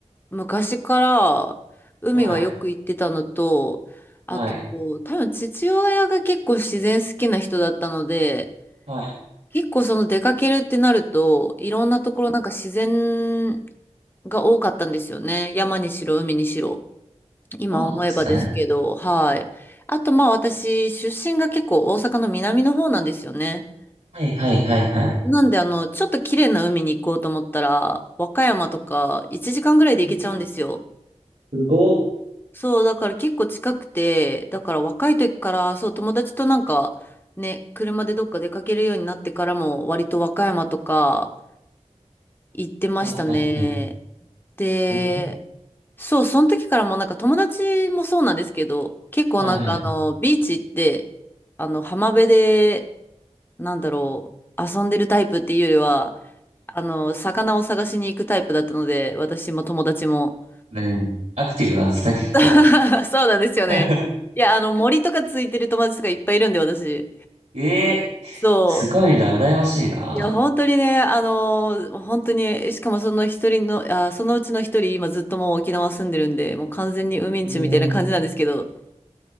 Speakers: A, on the left; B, on the right.
A: 昔から海はよく行ってたのと、
B: はい。
A: あとこう、
B: はい。
A: 多分父親が結構自然好きな人だったので、
B: はい。
A: 結構その出かけるってなると、いろんなところなんか自然が多かったんですよね。山にしろ、海にしろ。今思えばですけど、
B: そうなんですね。
A: はい。あと、まあ私、出身が結構大阪の南の方なんですよね。
B: はい、はい、はい、はい。
A: なんで、あの、ちょっと綺麗な海に行こうと思ったら、和歌山とか1時間ぐらいで行けちゃうんですよ。
B: え、すごっ。
A: そう、だから結構近くて、だから若い時から、そう、友達となんか、ね、車でどっか出かけるようになってからも、割と和歌山とか、行ってましたね。
B: はい、はい、はい。
A: で、
B: え、
A: そう、その時からもうなんか友達もそうなんですけど、結構なんかあの、
B: はい、はい。
A: ビーチ行って、あの、浜辺で、なんだろう、遊んでるタイプっていうよりは、あの、魚を探しに行くタイプだったので、私も友達も。
B: ねえ、アクティブなんですね、結構。
A: <laughs> そうなんですよね。
B: <laughs>
A: いや、あの、森とかついてる友達とかいっぱいいるんで、私。
B: えー、
A: そう。
B: すごいな、羨ましいな。
A: いや、本当にね、あのー本当に、しかもその一人の、あー、そのうちの一人、今ずっともう沖縄住んでるんで、もう完全にウミンチュみたいな感じなんですけど、
B: えー、